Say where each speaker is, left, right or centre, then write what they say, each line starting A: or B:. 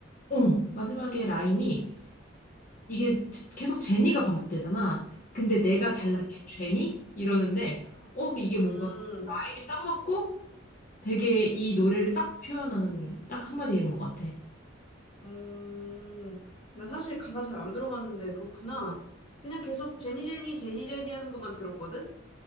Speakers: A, on the left; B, on the left.
A: 어 마지막에 라임이 이게 제- 계속 제니가 반복되잖아. 근데 내가 잘난
B: 어,
A: 게 죄니? 이러는데, 어, 그 이게 뭔가
B: 음,
A: 마음이 딱 맞고 되게 이 노래를 딱 표현하는 딱 한마디인 것 같아.
B: 음, 나 사실 가사 잘 안 들어봤는데 그렇구나. 그냥 계속 제니 제니 제니 제니 하는 것만 들었거든?